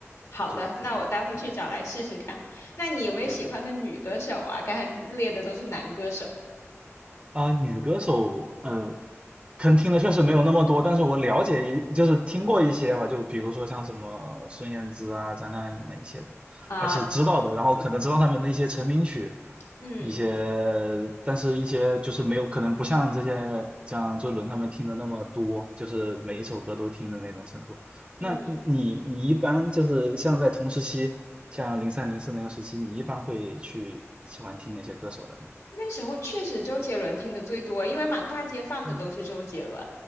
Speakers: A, on the left; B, on the right.
A: 好的，
B: 就可能可能
A: 那我待会去找来试试看。那你有没有喜欢的女歌手啊？
B: 对对。
A: 刚才列的都是男歌手
B: 啊、女歌手，呃，可能听的确实没有那么多，但是我了解一，就是听过一些吧，就比如说像什么孙燕姿啊、张靓颖那一些的，
A: 啊，
B: 还是知道的。然后可能知道他们的一些成名曲，
A: 嗯
B: 一些，但是一些就是没有，可能不像这些像周杰伦他们听的那么多，就是每一首歌都听的那种程度。
A: 嗯。
B: 那你你一般就是像在同时期，像零三零四那个时期，你一般会去喜欢听哪些歌手的呢？
A: 那时候确实周杰伦听的最多，因为满大街放的都是周杰伦。
B: 嗯